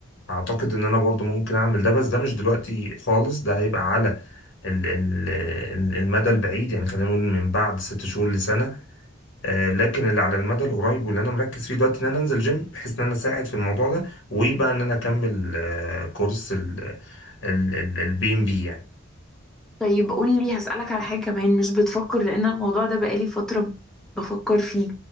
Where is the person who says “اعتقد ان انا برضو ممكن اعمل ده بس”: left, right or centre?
Left